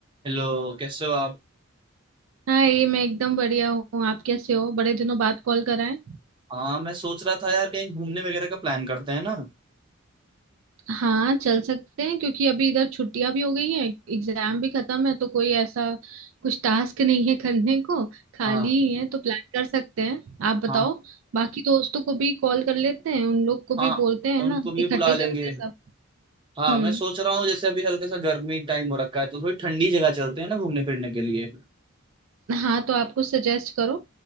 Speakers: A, on the right (about 25°); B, on the right (about 75°).
A: Hello कैसे हो आप
B: हाँ ये मैं एकदम बढ़िया हूँ आप कैसे हो बड़े दिनों बाद कॉल करा है
A: हाँ मैं सोच रहा था यार कहीं घूमने वगैरह का प्लान करते हैं ना
B: हाँ चल सकते हैं क्योंकि अभी इधर छुट्टियां भी हो गई हैं एग्जाम भी खत्म है तो कोई ऐसा कुछ टास्क नहीं है करने को खाली
A: हाँ
B: ही है तो प्लान कर सकते हैं आप बताओ
A: हाँ
B: बाकी दोस्तों को भी कॉल कर लेते हैं उन लोग को भी
A: हाँ
B: बोलते हैं
A: उनको
B: ना
A: भी
B: इकट्ठे
A: बुला लेंगे
B: चलते हैं सब
A: हाँ
B: हम्म
A: मैं सोच रहा हूँ जैसे अभी हल्का सा गर्मी टाइम हो रखा है तो थोड़ी ठंडी जगह चलते हैं ना घूमने फिरने के लिए
B: हाँ तो आप कुछ सजेस्ट करो